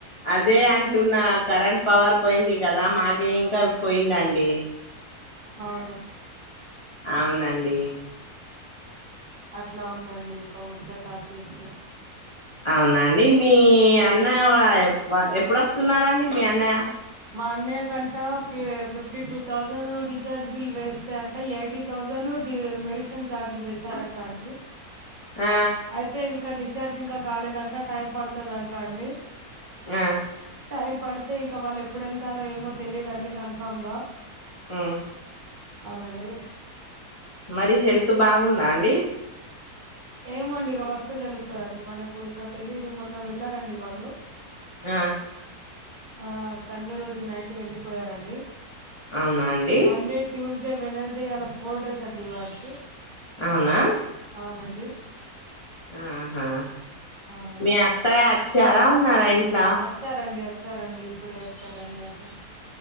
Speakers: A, on the left; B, on the right.
A: అదే అంటున్న కరెంట్ పవర్ పోయింది కదా మాకే ఇంకా పోయిందండి.
B: అవున,
A: అవునండి.
B: అట్లా ఉందండి ఇంకా ముచ్చటా చూస్తే,
A: అవునాండి మీ అన్నయ వ ఎప్పుడు వస్తున్నారండి మీ అన్నయ్య,
B: మా అన్నయ్య కంటా ఫి fifty two thousand recharge bill వేస్తే అంట ఎయిటీ, థౌజండ్ డి మెడిషన్ ఛార్జ్ వేశారంట అండి,
A: ఆ
B: అయితే ఇంకా డిశ్చార్జ్ ఇంకా కాలేదంటా టైం పడతాదంట అండి,
A: ఆ
B: టైం పడితే ఇంకా వాళ్ళు ఎప్పుడు వెళ్తారో ఏమో తెలియదండి కన్ఫామ్ గా,
A: ఉ
B: అవునండి.
A: మరి హెల్త్ బాగుందా అండి,
B: ఏమొండి ఇక వస్తే తెలుస్తదండి మనకు ఇంకా తెలీదు మొన్న వెళ్ళారండి వాళ్ళు,
A: ఆ
B: ఆ సండే రోజు నైట్ వెళ్ళిపోయారండి
A: అవునా అండి
B: మండే, ట్యూస్డే వెనస్డే ఎలా ఫోర్ డేస్ అండి ఇవాటికి,
A: అవునా,
B: అవునండి.
A: ఆ హ
B: అవునండి
A: మీ అత్తయ్య వచ్చరా ఉన్నారా ఆ ఇంట్లా,
B: వచ్చారంండి వచ్చారండి ఇప్పుడే వచ్చారండి అటు,